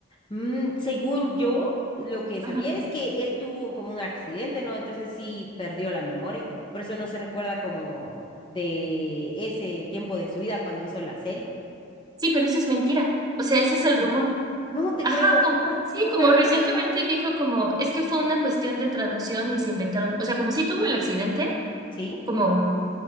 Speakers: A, on the left; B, on the right.
A: Mm, según yo, lo que sabía
B: Ajá.
A: es que él tuvo como un accidente, ¿no? Entonces sí perdió la memoria, por eso no se recuerda como de ese tiempo de su vida cuando hizo la serie.
B: Sí, pero eso es mentira. O sea, ese es el rumor.
A: No te creo. No te
B: Ajá,
A: creo.
B: como,
A: <laughs> Ajá,
B: sí,
A: yo me
B: como
A: lo
B: recientemente
A: creía.
B: dijo como, es que fue una cuestión de traducción y se inventaron, o sea, como si tuvo el accidente,
A: ¿Sí?
B: como